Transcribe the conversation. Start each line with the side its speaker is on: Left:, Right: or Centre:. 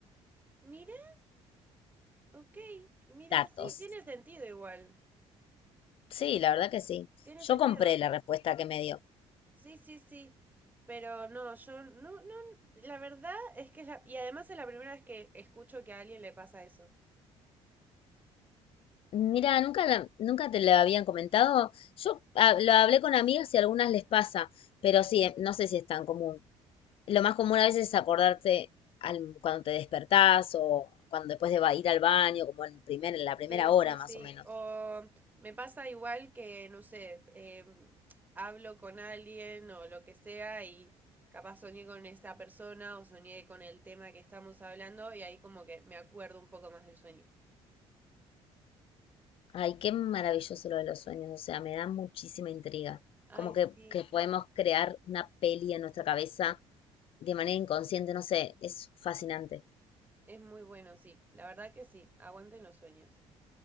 Right: Mira, ok. Mira,
Left: Datos.
Right: sí, tiene sentido igual.
Left: Sí, la verdad que sí.
Right: Tiene
Left: Yo
Right: sentido.
Left: compré la respuesta que me dio.
Right: Sí, sí, sí. Pero no, yo no, no, la verdad es que es la, y además es la primera vez que escucho que a alguien le pasa eso.
Left: Mira, nunca, la- nunca te lo habían comentado. Yo ah, lo hablé con amigas y a algunas les pasa, pero sí, eh, no sé si es tan común. Lo más común a veces es acordarte al- cuando te despertás o cuando después de ba- ir al baño, como en primer, en la primera
Right: Sí,
Left: hora
Right: sí,
Left: más
Right: sí.
Left: o menos.
Right: O me pasa igual que, no sé, em, hablo con alguien o lo que sea y capaz soñé con esa persona o soñé con el tema que estamos hablando y ahí como que me acuerdo un poco más del sueño.
Left: Ay, qué maravilloso lo de los sueños, o sea, me da muchísima intriga.
Right: Ay,
Left: Como
Right: sí,
Left: que, que podemos crear una peli en nuestra cabeza de manera inconsciente, no sé, es fascinante,
Right: es muy bueno, sí. La verdad que sí, aguanten los sueños.